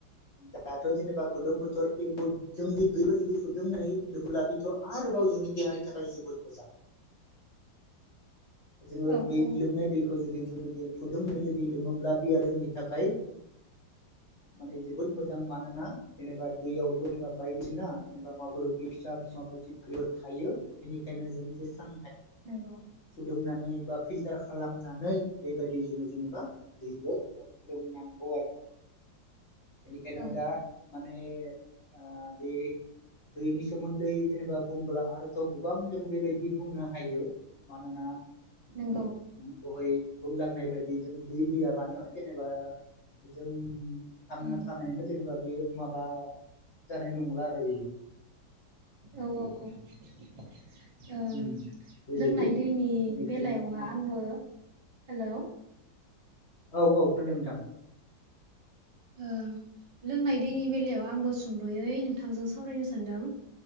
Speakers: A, on the left; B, on the right.
A: दाथ' जेनेबा गोलोम बोथोर खिन्थु जोंदि दैखौ जुदि फुदुंनाय लोङोब्ला बेथ' आरोबाव जोंनि देहानि थाखाय जोबोद मोजां जोङो
B: औ
A: बे
B: औ
A: लोंनाय दैखौ जुदि जों जुदि फुदुंनाय जुदि लोङोब्ला बेयो जोंनि थाखाय माने जोबोद मोजां मानोना जेनेबा दैयावथ' जेनेबा बायदिसिना जेनेबा माबाफोर बे फिसा फिसा जिबफोर थायो बेनिखायनो जों जे सां
B: नोंगौ
A: लोंनानै बा फिल्टार खालामनानै बेबायदि जोङो जेनेबा दैखौ लोंनांगौ आरो बेनिखायनो
B: औ
A: दा माने आ बे दैनि सोमोन्दै जेनेबा बुंब्ला आरोथ' गोबां जों बेबायदि बुंनो हायो। मानोना
B: नोंगौ।
A: दहाय बुंलांनाय बायदि जों दै गैयाबानो जेनेबा जों थांना
B: उम
A: थानायानो जेने बा बेयो माबा जानाय नंला आरो बेयो।
B: औ औ औ। ओं
A: उम बेबायदि
B: लोंनाय दैनि
A: बेनिखायनो
B: बेलायावहा
A: जेनेबा
B: आंबो हेलौ
A: औ औ खोनादों नोंथां।
B: ओ लोंनाय दैनि बेलायाव आंबो सुंद'यै नोंथांजों सावरायनो सानदों।